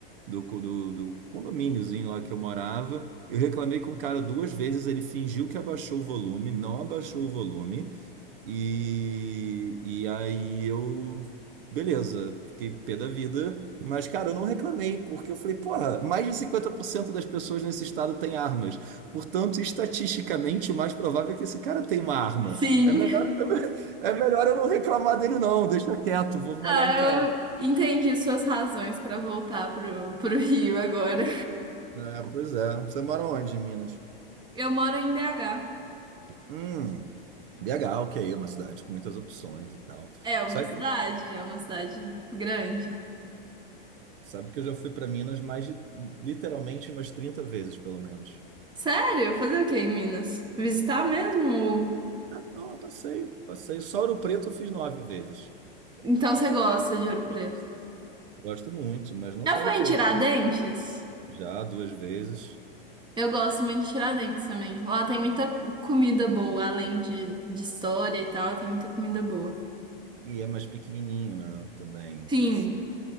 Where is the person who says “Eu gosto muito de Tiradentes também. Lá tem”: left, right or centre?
Right